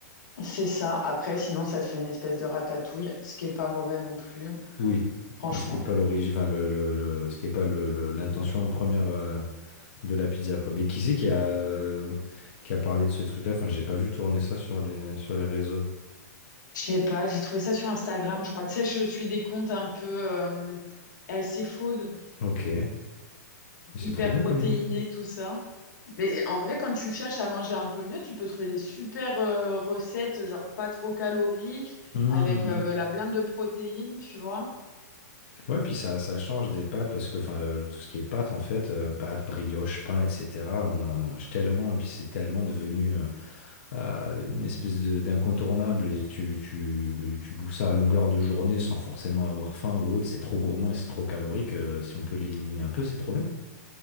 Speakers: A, on the left; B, on the left.
A: C'est ça. Après, sinon, ça te fait une espèce de ratatouille, ce qui est pas mauvais non plus,
B: Oui,
A: franchement.
B: mais ce qui est pas l'origine, enfin le, le, le- ce qui est pas le, le- l'intention première euh, de la pizza quoi. Mais qui c'est qui a euh, qui a parlé de ce truc-là? Enfin, j'ai pas vu tourner ça sur les sur les réseaux.
A: Je sais pas, j'ai trouvé ça sur Instagram, je crois. Tu sais, je suis des comptes un peu euh, healthy food,
B: Ok, mais c'est
A: hyper
B: trop bien
A: protéinés,
B: comme idée.
A: tout ça. Mais en vrai, quand tu cherches à manger un peu mieux, tu peux trouver des super euh, recettes, genre pas trop caloriques,
B: Hum,
A: avec
B: hum, hum.
A: euh, bah, la blinde de protéines, tu vois.
B: Ouais, puis ça, ça change des pâtes parce que enfin le- tout ce qui est pâtes en fait, euh, pâtes, brioche, pain, etc. On en mange tellement et puis c'est tellement devenu euh, euh, une espèce de- d'incontournable et tu, tu, tu bouffes ça à longueur de journée sans forcément avoir faim ou autre, c'est trop gourmand et c'est trop calorique. euh, si on peut l'éliminer un peu, c'est trop bien.